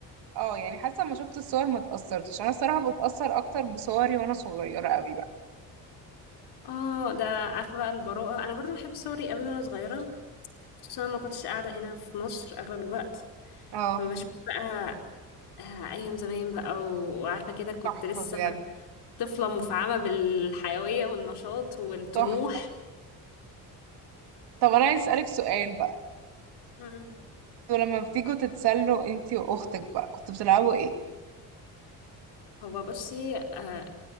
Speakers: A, on the right (about 75°); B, on the left (about 70°).
A: اه يعني حاسه ما شفت الصور ما اتأثرتش انا الصراحه بتأثر اكتر بصوري وانا صغيره قوي بقى
B: اه ده عارفه بقى البراءه انا برضو بحب صوري قوي وانا صغيره خصوصا ما كنتش قاعده هنا في مصر اغلب الوقت
A: اه
B: فما بشوف بقى آه، ايام زمان بقى و- وعارفه كده كنت
A: تحفه
B: لسه
A: بجد
B: طفلة مفعمة بالحيوية والنشاط والطموح
A: تحفه طب انا عايز اسالك سؤال بقى
B: مم.
A: انتوا لما بتيجوا تتسلوا انتي واختك بقى كنتوا بتلعبوا ايه
B: هو بصي آه